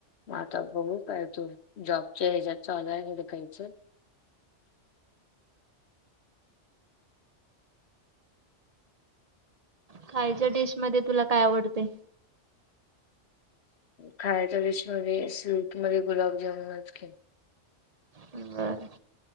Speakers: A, on the left (about 65°); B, on the right (about 35°).
A: म आता बघू काय तू जॉबच्या ह्याच्यात चालू हुडकायच.
B: खायच्या डिश मध्ये तुला काय आवडतय?
A: खायच्या डिश मध्ये स्वीट मध्ये गुलाबजामनच की.
B: बर.